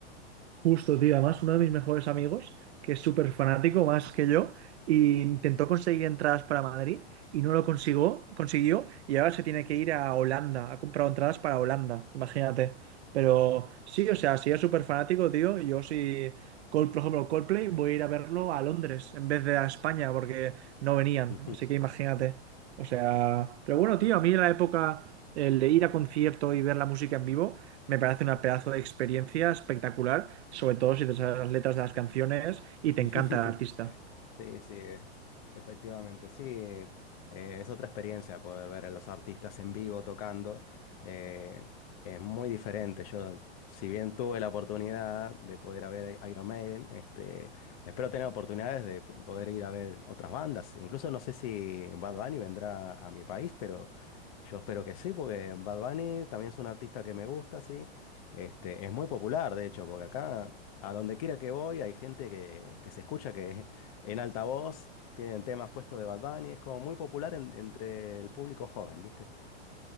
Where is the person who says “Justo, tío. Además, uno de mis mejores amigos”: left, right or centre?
Right